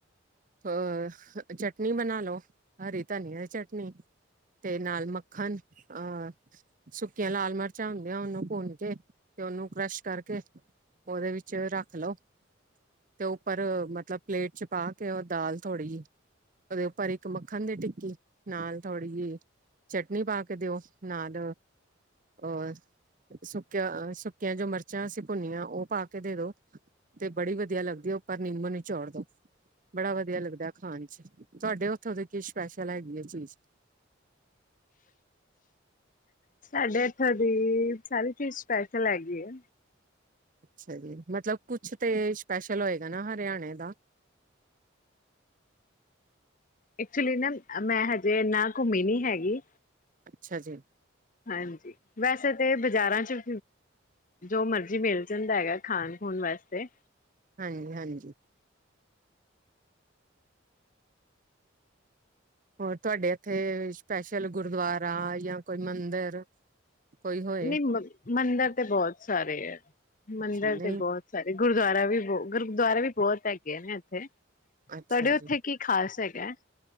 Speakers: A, on the right; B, on the left.
A: ਚ ਚਟਨੀ ਬਣਾ ਲਓ, ਹਰੀ ਧਨੀਆ ਦੀ ਚਟਨੀ ਤੇ ਨਾਲ ਮੱਖਣ ਅਹ ਸੁ ਲਾਲ ਮਿਰਚਾਂ ਹੁੰਦੀਆਂ ਉਹਨੂੰ ਭੁੰਨ ਕੇ ਤੇ ਉਹਨੂੰ ਕਰਾਸ਼ ਕਰਕੇ ਉਹਦੇ ਵਿੱਚ ਰੱਖ ਲਓ ਤੇ ਉੱਪਰ ਮਤਲਬ ਪਲੇਟ ਚ ਪਾ ਕੇ ਉਹ ਦਾਲ ਥੋੜ੍ਹੀ ਜਿਹੀ ਉਹਦੇ ਉੱਪਰ ਇੱਕ ਮੱਖਣ ਦੀ ਟਿੱਕੀ ਨਾਲ ਥੋੜ੍ਹੀ ਜਿਹੀ ਚਟਨੀ ਪਾ ਕੇ ਦਿਓ ਨਾਲ ਹੋਰ, ਸੁੱਕਿਆ-ਸੁੱਕਿਆਂ ਜੋ ਮਿਰ ਜੋ ਅਸੀਂ ਭੁੰਨੀਆਂ ਉਹ ਪਾ ਕੇ ਦੇ ਦੋ ਤੇ ਬੜੀ ਵਧੀਆ ਲੱਗਦੀ ਉੱਪਰ ਨਿੰਮੋ ਨਿਚੋੜ ਦੋ ਬੜਾ ਵਧੀਆ ਲੱਗਦਾ ਖਾਣ ਚ ਤੁਹਾਡੇ ਉੱਥੋਂ ਦੇ ਕੀ ਸਪੈਸ਼ਲ ਹੈਗੀ ਹੈ ਚੀਜ਼,
B: ਸਾਡੇ ਇੱਥੋਂ ਦੀ ਸਾਰੀ ਚੀਜ਼ ਸਪੈਸ਼ਲ ਹੈਗੀ ਐ।
A: ਅੱਛਾ ਜੀ, ਮਤਲਬ ਕੁਛ ਤੇ ਸਪੈਸ਼ਲ ਹੋਏਗਾ ਨਾ ਹਰਿਆਣੇ ਦਾ,
B: ਐਕਚੁਲੀ ਨਾ ਮੈਂ ਹਜੇ ਨਾ ਘੁੰਮੀ ਨੀ ਹੈਗੀ।
A: ਅੱਛਾ ਜੀ,
B: ਹਾਂਜੀ ਵੈਸੇ ਤਾਂ ਬਾਜ਼ਾਰਾਂ ਚ ਜੋ ਮਰਜ਼ੀ ਮਿਲ ਜਾਂਦਾ ਹੈਗਾ ਖਾਣ-ਖੂਣ ਵਾਸਤੇ,
A: ਹਾਂਜੀ-ਹਾਂਜੀ, ਹੋਰ ਤੁਹਾਡੇ ਇੱਥੇ ਸਪੈਸ਼ਲ ਗੁਰਦੁਆਰਾ ਜਾਂ ਕ ਕੋਈ ਮੰਦਿਰ, ਕੋਈ ਹੋਏ
B: ਨਹੀਂ ਮੰਦਿਰ ਤੇ ਬਹੁਤ ਸਾਰੇ ਹੈ, ਮੰਦਿਰ
A: ਅੱਛਾ ਨਹੀਂ
B: ਤੇ ਬਹੁਤ ਸਾਰੇ ਗੁਰ ਗੁਰਦੁਆਰਾ ਵੀ ਬਹੁ ਗੁਰਦੁਆਰਾ ਵੀ ਬਹੁਤ ਹੈਗੇ ਨੇ ਇੱਥੇ ਤੁਹਾਡੇ
A: ਅੱਛਾ ਜੀ
B: ਉੱਥੇ ਕੀ ਖ਼ਾਸ ਹੈ। <inaudible>